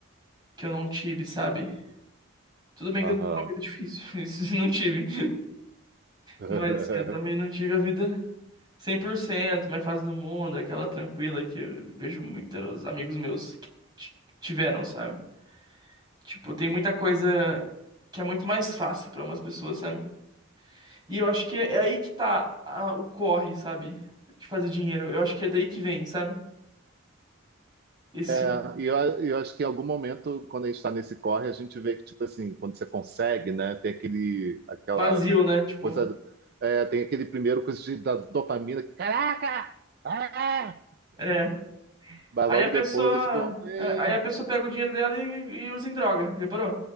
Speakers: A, on the right (about 20°); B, on the right (about 45°).
A: que eu não tive, sabe? Tudo bem
B: aham.
A: que eu não tive uma vida difícil, <laughs> isso não tive,
B: <laughs>
A: mas assim, eu também não tive a vida. 100% mais fácil do mundo, aquela tranquila que eu vejo muitos amigos meus que ti- tiveram, sabe? Tipo, tem muita coisa que é muito mais fácil pra umas pessoas, sabe? E eu acho que é é aí que tá a- o corre, sabe? De fazer dinheiro. Eu acho que é daí que vem, sabe? Esse
B: É, e eu, eu acho que em algum momento, quando a gente está nesse corre, a gente vê que, tipo assim, quando você consegue, né, tem aquele, aquela
A: vazio, né? Tipo,
B: coisa, é, tem aquele primeiro coisa de, da dopamina, que, caraca! Ah!
A: é.
B: Mas
A: Aí
B: logo
A: a pessoa,
B: depois é tipo, é,
A: é, aí a pessoa pega o dinheiro dela e, e usa em droga, já parou?